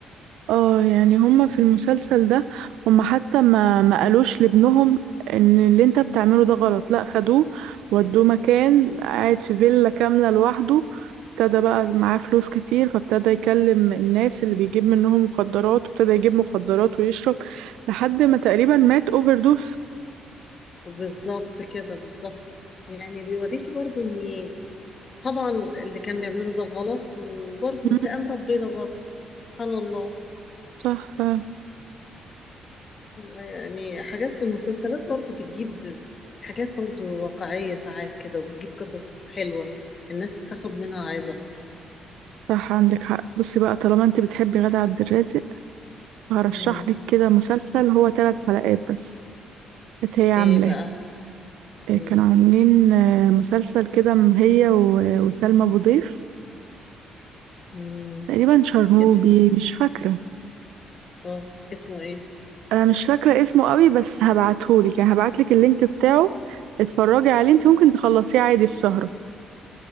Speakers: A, on the right; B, on the left.
A: اه يعني هما في المسلسل ده هما حتى ما ما قالوش لابنهم ان اللي انت بتعمله ده غلط لا خدوه ودوه مكان قاعد في فيلا كاملة لوحده ابتدى بقى معاه فلوس كتير فابتدى يكلم الناس اللي بيجيب منهم مخدرات وابتدى يجيب مخدرات ويشرب لحد ما تقريبا مات اوفر دوس
B: بالظبط كده بالظبط يعني بيوريكي برضو ان طبعا اللي كان بيعمله ده غلط وبرضو
A: مم،
B: انتقام ربنا برضو سبحان الله
A: صح فعلا
B: يعني حاجات من المسلسلات برضو بتجيب حاجات برضو واقعية ساعات كده وبتجيب قصص حلوة الناس تاخد منها عظة
A: صح عندك حق بصي بقى طالما انت بتحبي غادة عبد الرازق فهرشح
B: مم.
A: لك كده مسلسل هو ثلاث حلقات بس كانت هي عاملاه
B: ايه بقى
A: آه،
B: مم.
A: كانوا عاملين آه، مسلسل كده م- هي و- وسلمى أبو ضيف
B: مم.
A: تقريبا شرنوبي
B: اسمه ايه
A: مش فاكرة
B: اه اسمه ايه
A: أنا مش فاكرة اسمه قوي بس هبعتهولك يعني هبعتلك اللينك بتاعه اتفرجي عليه انت ممكن تخلصيه عادي في سهرة